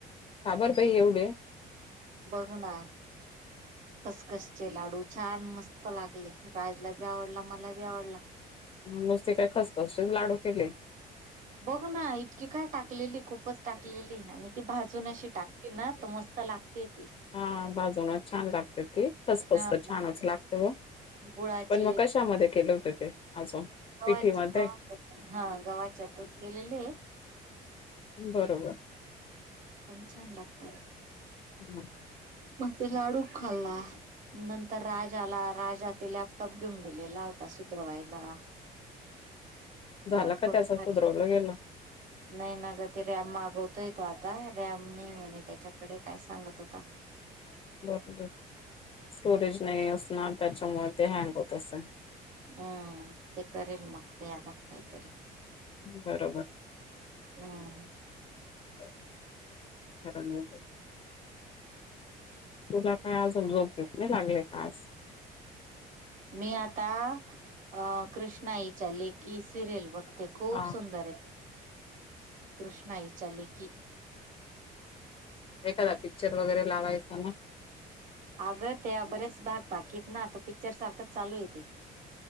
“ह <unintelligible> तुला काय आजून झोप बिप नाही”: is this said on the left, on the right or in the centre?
Left